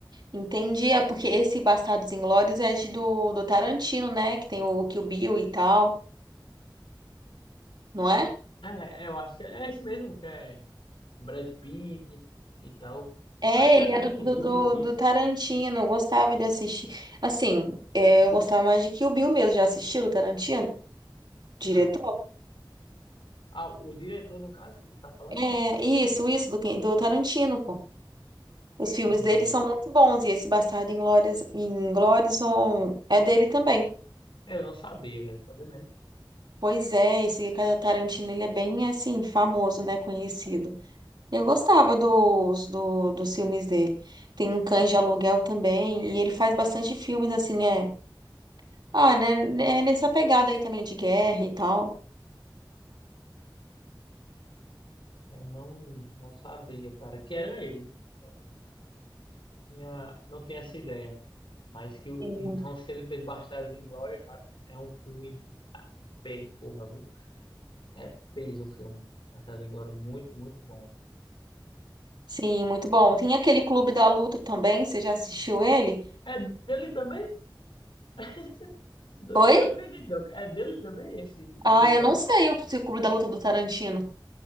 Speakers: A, on the right (about 60°); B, on the left (about 80°).
A: Entendi. É porque esse Bastardos Inglórios é de do, do Tarantino, né? Que tem o Kill Bill e tal, não é?
B: É, é, eu acho que é esse mesmo, que é Brad Pitt e tal.
A: É,
B: Eu acho que
A: ele
B: é até
A: é do,
B: de um
A: do,
B: livro
A: do,
B: isso.
A: do Tarantino. Eu gostava de assistir. Assim, é, eu gostava mais de Kill Bill mesmo. Já assistiu o Tarantino? Diretor?
B: Não. Ah, o diretor, no caso, que tu tá falando,
A: É,
B: né?
A: isso, isso, do, quem- do Tarantino, pô. Os filmes
B: Hum,
A: dele são muito bons e esse Bastardo Inglórias, Inglórious é dele também.
B: eu não sabia, velho, tá vendo aí?
A: Pois é, esse Tarantino ele é bem assim famoso, né, conhecido. Eu gostava dos, do, dos filmes dele. Tem um Cães de Aluguel também e ele faz bastante filmes assim, é. Ah, né, é nessa pegada aí também de guerra e tal.
B: É, Eu não, não sabia, cara, que era ele. Não tinha, não tinha essa ideia. Mas que, o-
A: Sim.
B: então, se ele fez Bastardos em Glória, cara, é um filme P, porra, viu? É peso o filme. Bastardos em Glória, muito, muito bom.
A: Sim, muito bom. Tem aquele Clube da Luta também, você já assistiu ele?
B: É dele também? <laughs> Não,
A: Oi?
B: não acredito, não. É dele também, esse,
A: Ah,
B: o Clube
A: eu
B: da
A: não
B: Luta?
A: sei o Clube da Luta é do Tarantino.